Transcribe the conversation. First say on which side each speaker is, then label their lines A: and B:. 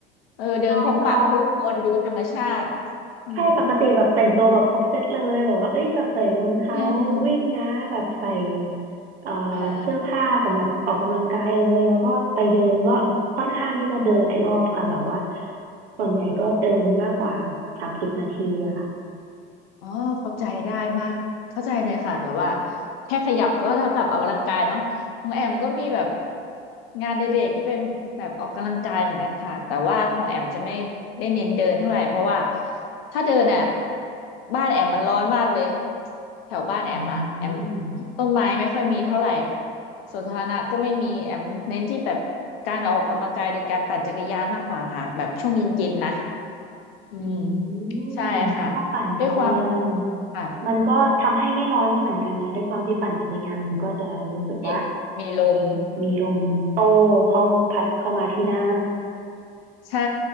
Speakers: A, on the left; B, on the right.
A: เออเดินพบปะผู้คนดูธรรมชาติ
B: ใช่ก็
A: อืม
B: ใช่ปกติแบบแต่งตัวแบบครบเซตเลยแบบว่าเอ้ยแบบใส่รองเท้าวิ่งนะแบบใส่
A: เออ
B: เอ่อ
A: เออเออเออ
B: เสื้อผ้าสำหรับออกกำลังกายเลยแล้วก็ไปเดินก็ค่อนข้างที่จะเดินหลายรอบค่ะแบบว่า
A: อืม
B: ส่วนใหญ่ก็เดินมากกว่าสามสิบนาทีอะค่ะ
A: อ๋อเข้าใจได้มากเข้าใจเลยค่ะแบบว่าแค่ขยับก็เท่ากับออกกำลังกายเนาะของแอมก็มีแบบงานเด็กๆที่เป็นแบบออกกำลังกายเหมือนกันค่ะแต่ว่าของแอมจะไม่ได้เน้นเดินเท่าไหร่เพราะว่าถ้าเดินอ่ะบ้านแอมมันร้อนมากเลยแถวบ้านแอมอ่ะแอม
B: อืม
A: ต้นไม้ไม่ค่อยมีเท่าไหร่สวนสาธารณะก็ไม่มีแอมเน้นที่แบบการออกกำลังกายโดยการปั่นจักรยานมากกว่าค่ะแบบช่วงเย็นๆนะอืม
B: อืม
A: ใช่ค่ะ
B: ชอบปั่นจักรยาน
A: ด้วยความค่ะ
B: มันก็ทำให้ไม่ร้อนไม่เหมือนกันนะด้วยความที่ปั่นจักรยานมันก็จะรู้สึกว่า
A: มีมีลม
B: มีลมโต้เข้าพัดเข้ามาที่หน้า
A: ใช่